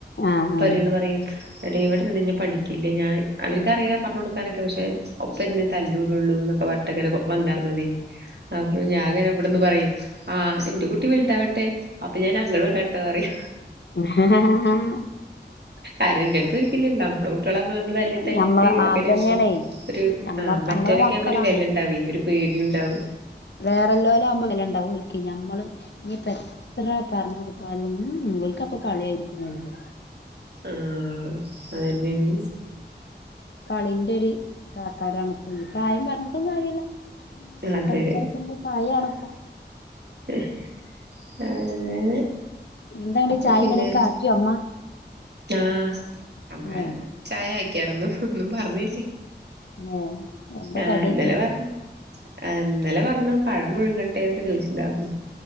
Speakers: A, on the left; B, on the right.
A: ആഹ്
B: പൊരേന്ന്
A: ആഹ്
B: പറയും എടീ ഇവിടെര്ന്ന് കഴിഞ്ഞാ പഠി ക്കില്ല ഞാൻ അവർക്കറിയ പറഞ്ഞൊട് ക്കാനൊക്കെ പക്ഷെ ഒപ്പിർന്ന് തല്ലൂടൊള്ളൂ നൊ ക്കെ പറഞ്ഞി ട്ടങ്ങനെ വന്നാർന്നെത് അപ്പൊ ഞാങ്ങനെ ബടന്ന് പറയും ആ ഇന്റെ കുട്ടി ബെൽതാവട്ടെ അപ്പൊ ഞാനങ്ങട് വിടാട്ടോറിം
A: <unintelligible>
B: ആരും ഇന്റെടുത്തിരിക്കില്ലലോ <unintelligible> കുട്ടികളാവുമ്പോ നമ്മള് തല്ലി തല്ലിട്ട്
A: ഞമ്മള്
B: അങ്ങനെ
A: അതന്നെയാണേ
B: പൊ ഒരു
A: ഞമ്മ
B: ആഹ് മറ്റൊരോക്കെ
A: നമ്മളെ മക്കളാ
B: ആവുമ്പോ ഒരു വെല ഉണ്ടാവെ ഒരു പേടി ഇണ്ടാവു
A: വേറെള്ളോലാകുമ്പോ വെലണ്ടാകും ഓല്ക്ക് ഞ മ്മള് ഇനി എത്ര പറഞ്ഞ് കൊടുത്താലും ഉംഹ് ഉം ഹ് ഓല്ക്കപ്പ കളിയായിരിക്കും വലുത്
B: ആഹ് അതെന്നെണ്
A: കളിന്റൊരു കാക്കാരാണ്പ്പ ഇപ്പാരിം പറഞ്ഞിട്ടും കാര്യല്ല ഓല്
B: അതെ
A: കളിച്ചട്ക്കേണ്ട പ്രയാണിപ്പം
B: ഹി ഹ് അങ്ങനെ
A: എന്താടി
B: അപ്പൊ
A: ചായിം
B: പിന്നെ
A: കടിം ഒക്കെ ആക്കിയോ അമ്മ
B: ആ അമ്മ
A: ഏ
B: ചായാക്യാർന്നു ഒന്നും പറഞ്ഞില്ല
A: ഏ എന്താ
B: ആഹ്
A: കടിയൊക്കെ
B: ഇന്നലെ പറഞ്ഞു ആ ഇന്നലെ പറഞ്ഞു പഴം പുഴങ്ങട്ടെ ന്നൊക്കെ ചോയ്ച്ചിണ്ടാർന്നു